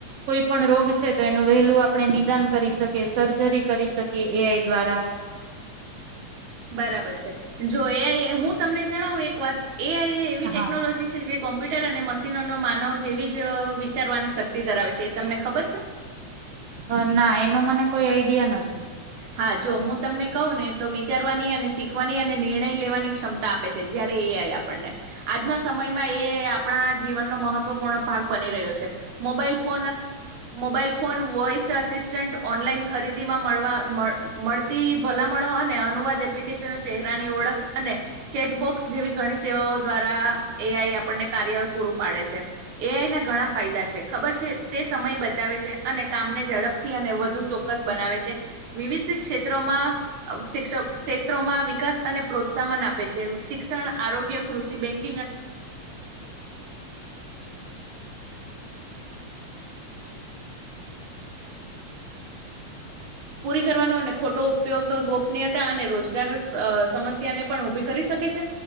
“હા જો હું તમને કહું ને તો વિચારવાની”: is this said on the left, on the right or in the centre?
Right